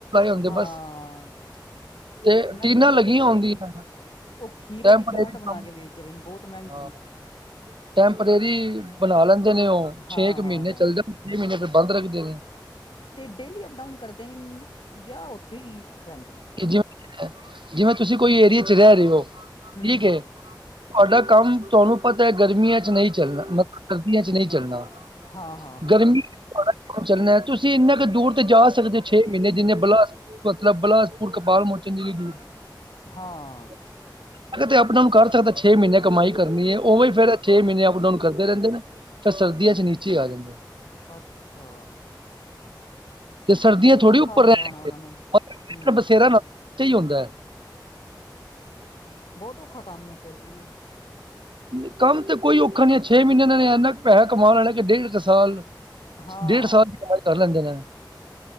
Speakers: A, on the right; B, on the left.
A: ਹੁੰਦੇ
B: ਹਾਂ
A: ਬਸ। ਤੇ
B: ਮੈਂ
A: ਟੀਨਾਂ
B: ਵੀਡੀਓ
A: ਲੱਗੀਆਂ
B: ਦੇਖੀ
A: ਹੁੰਦੀਆਂ।
B: ਸੀ। ਉਹ ਖੀਰੇ
A: ਟੈਂਪਰੇਰੀ
B: ਦੀ ਚਾਟ ਬਣਾ
A: ਕੰਮ
B: ਕੇ ਵੇਚ ਰਹੇ ਨੇ ਬਹੁਤ ਮਹਿੰਗੀ।
A: ਹਾਂ ਟੈਂਪਰੇਰੀ ਬਣਾ ਲੈਂਦੇ ਨੇ ਉਹ। ਛੇ
B: ਹਾਂ
A: ਕੁ
B: ਹਾਂ
A: ਮਹੀਨੇ ਚੱਲਦੇ। ਛੇ ਮਹੀਨੇ ਬੰਦ ਰੱਖਦੇ ਨੇ।
B: ਤੇ ਡੇਲੀ ਅਪ- ਡਾਊਨ ਕਰਦੇ ਨੇ। ਜਾਂ ਉੱਥੇ ਹੀ ਰਹਿੰਦੇ ਨੇ?
A: ਜਿਵੇਂ ਜਿਵੇਂ ਤੁਸੀਂ ਕੋਈ ਏਰੀਏ ਚ ਰਹਿ ਰਹੇ ਹੋ। ਠੀਕ
B: ਹੂੰ
A: ਹੈ? ਤੁਹਾਡਾ ਕੰਮ ਤੁਹਾਨੂੰ ਪਤਾ ਹੈ ਗਰਮੀਆਂ ਚ ਨਹੀਂ ਚੱਲਣਾ ਮਤਲਬ ਸਰਦੀਆਂ ਚ ਨਹੀਂ ਚੱਲਣਾ
B: ਹਾਂ ਹਾਂ ਹਾਂ
A: ਗਰਮੀ ਚੱਲਣਾ ਤੁਸੀਂ ਇੰਨਾ ਕੁ ਦੂਰ ਤੇ ਜਾ ਸਕਦੇ ਹੋ ਛੇ ਮਹੀਨੇ ਜਿੰਨੇ ਬਲਾਸ ਮਤਲਬ ਬਿਲਾਸਪੁਰ ਕਪਾਲ ਮੋਚਨ ਜ ਲਈ ਦੂਰ
B: ਹਾਂ
A: <inaudible> ਤੇ ਅਪਡਾਊਨ ਕਰ ਸਕਦਾ ਛੇ ਮਹੀਨੇ ਕਮਾਈ ਕਰਨੀ ਹੈ, ਉਵੇ ਫੇਰ ਛੇ ਮਹੀਨੇ ਅਪਡਾਊਨ ਕਰਦੇ ਰਹਿੰਦੇ ਨੇ, ਫਿਰ ਸਰਦੀਆਂ ਚ ਨੀਚੇ ਆ ਜਾਂਦੇ
B: ਅੱਛਾ
A: ਤੇ ਸਰਦੀਆਂ
B: ਬਹੁਤ
A: ਥੋੜ੍ਹੀ
B: ਔਖਾ
A: ਉੱਪਰ
B: ਹੁੰਦਾ
A: ਰਹਿਆਂ
B: ਹੋਣਾ ਉਹਨਾਂ ਨੂੰ ਹੂੰ
A: ਬਸੇਰਾ ਹੀ ਹੁੰਦਾ
B: ਬਹੁਤ ਔਖਾ ਕੰਮ ਹੈ ਫੇਰ ਵੀ
A: ਹ <inaudible> ਕੰਮ ਤੇ ਕੋਈ ਔਖਾ ਨਹੀ ਹੈ। ਛੇ ਮਹੀਨੇ ਇਹਨਾਂ ਨੇ ਇੰਨਾ ਕੁ ਪੈਸਾ ਕਮਾ ਲੈ ਲੈਣੈ ਕੇ ਡੇਢ ਕੁ ਸਾਲ
B: ਹਾਂ
A: ਡੇਢ ਸਾਲ ਦੀ ਕਮਾਈ ਕਰ ਲੈਂਦੇ ਨੇ।